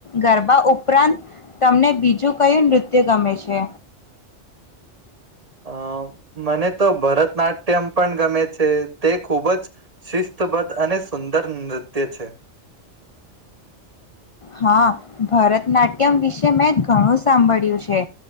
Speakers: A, on the left (about 45°); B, on the right (about 35°).
A: ગરબા ઉપરાંત તમને બીજું કયું નૃત્ય ગમે છે?
B: અમ મને તો ભરતનાટ્યમ પણ ગમે છે. તે ખૂબ જ શિસ્તબદ્ધ અને સુંદર નૃત્ય છે.
A: હા, ભરતનાટ્યમ વિશે મેં ઘણું સાંભળ્યું છે.